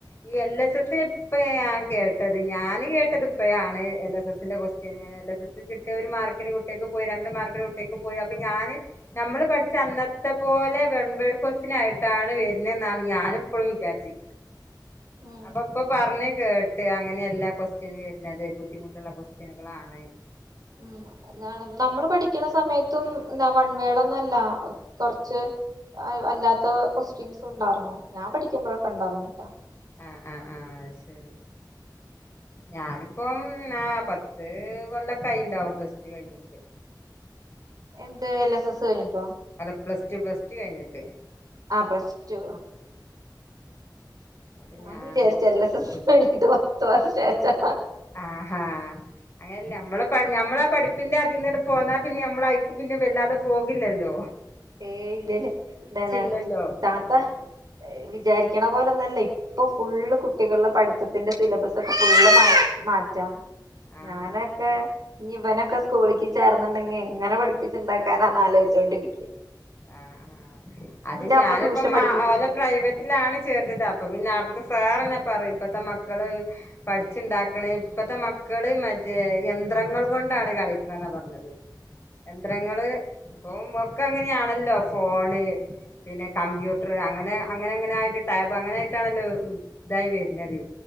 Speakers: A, on the left; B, on the right.
A: ഈ എൽ. എസ്. എസി ഇപ്പയാ കേട്ടത് ഞാന് കേട്ടത് ഇപ്പഴാണ്. എൽ. എസ്. എസിന്റെ കൊസ്റ്റ്യൻ ഇങ്ങനെ എൽ എസ് എസ് കിട്ടിയ ഒരു മാർ ക്കിന് കുട്ട്യേക്ക് പോയി രണ്ട് മാർക്കിന് കുട്ട്യേക്ക് പോയി അ പ്പം ഞാന് നമ്മള് പഠി ച അന്നത്ത പോലെ വെൺവെട് ക്യുഎസ്ടിയനായിട്ടാണ് വരുന്നെന്നാണ് ഞാനിപ്പളും വിചാരിച്ചി
B: ഉം
A: അപ്പൊ ഇപ്പൊ പറഞ്ഞ് കേ പേ അങ്ങനെയല്ലാ ക്വസ്റ്റ്യൻ വരുന്നത് ബുദ്ധിമുട്ടുള്ള കൊസ്റ്റിനുകളാണ്.
B: ഉം എന്താണ് നമ്മള് പഠിക്കണ സമയത്തും എന്താ വൺവേടും അല്ല കൊർച്ച് അ അല്ലാത്ത കൊസ്റ്റ്യൻസു ഇണ്ടാർന്നു ഞാൻ പഠിക്കുമ്പഴക്ക എണ്ടാർന്നൂട്ടാ.
A: ആഹ് ആഹ് ആഹ് ശരി. ഞാനിപ്പം ആഹ് പത്ത് കൊല്ലക്ക ആയിണ്ടാവും പ്ലസ്ടു കഴിഞ്ഞിട്ട്.
B: എന്ത് എൽ. എസ്. എസ്. കഴിഞ്ഞിട്ടൊ?
A: അത് പ്ലസ്ടു പ്ലസ്ടു കഴിഞ്ഞെട്ട്
B: ആഹ് പ്ലസ്ടു
A: അപ്പൊ
B: ഞാനും
A: ഞാൻ
B: വിചാരിച്ച് എൽ എസ് എസ് <unintelligible> ഇത് പത്ത് വർഷാച്ചാ
A: ആഹാ അങ്ങനല്ല നമ്മളെ നമ്മളെ പഠിപ്പിന്റെ അതീന്ന്ട് പോന്നാ പിന്നെ അമ്മളയ്ക്ക് പിന്നെ വല്ലാതെ പോക് ല്ലല്ലോ.
B: ഏയ് ഇല്ലല്ല ന്താണ്
A: ഇല്ലല്ലോ
B: താത്ത
A: അതാണ്
B: വിചാരി ക്കണ പോലെന്നല്ല ഇപ്പൊ ഫുള്ള് കുട്ടികളുടെ പഠിത്തത്തിന്റെ സിലബസ് ഒക്കെ ഫുള്ള് മാറ്റാ
A: ആ
B: ഞാനൊക്കെ ഇവനൊക്ക സ്കൂളിക്ക് ചേർന്നുണ്ടെങ്കി എങ്ങനെ പഠിപ്പിച്ചുണ്ടാക്കാനാന്ന് ആലോചിച്ചോണ്ടിരിക്ക്യ.
A: ആഹ് ആഹ് അത് ഞാനിപ്പോ
B: അമ്മ ട്യൂഷൻ പഠിപ്പിക്ക്ണ്ട്
A: ഓലെ പ്രൈവറ്റിലാണ് ചേർത്തിത് അപ്പൊ പിന്നെ അടുത്ത് സ് സാറെന്നെ പറ ഇപ്പത്തെ മക്കള് പഠിച്ചിണ്ടാക്കണേ ഇപ്പത്തെ മക്കള് മറ്റേ യന്ത്രങ്ങൾ കൊണ്ടാണ് കളിക്കണെന്നാ പറഞ്ഞത് യന്ത്രങ്ങള് ഇപ്പൊ ഒക്കങ്ങനെയാണ ല്ലോ ഫോണ് പിന്നെ കമ്പ്യൂട്ടറ് അങ്ങനെ അങ്ങനെ അങ്ങനായിട്ട് ടാബ് അങ്ങനൊയിട്ടാണല്ലോ ഉം ഇതായി വരുന്നത്